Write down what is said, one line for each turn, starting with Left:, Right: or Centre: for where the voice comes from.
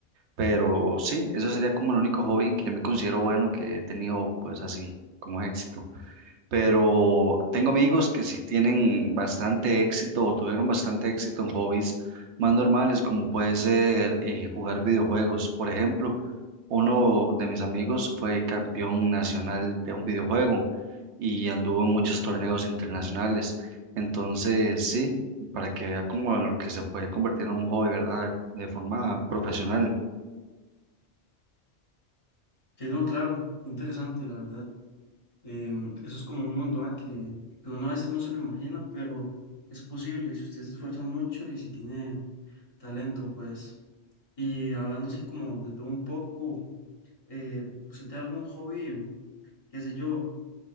Right: Pero sí, eso sería como el único hobby en que yo me considero bueno que he tenido pues así como éxito pero tengo amigos que sí tienen bastante éxito o tuvieron bastante éxito en hobbies más normales, como puede ser eh, jugar videojuegos. Por ejemplo, uno de mis amigos fue campeón nacional de un videojuego y anduvo en muchos torneos internacionales. Entonces, sí, para que vea como lo que se puede convertir en un hobby, ¿verdad? De forma profesional.
Left: Sí, no, claro, interesante, la verdad. Em, eso es como un mundo ah, que, que uno a veces no se lo imagina, pero es posible si usted se esfuerza mucho y si tiene talento, pues. Y hablando así como de todo un poco, eh, ¿usted tiene algún hobby, qué sé yo?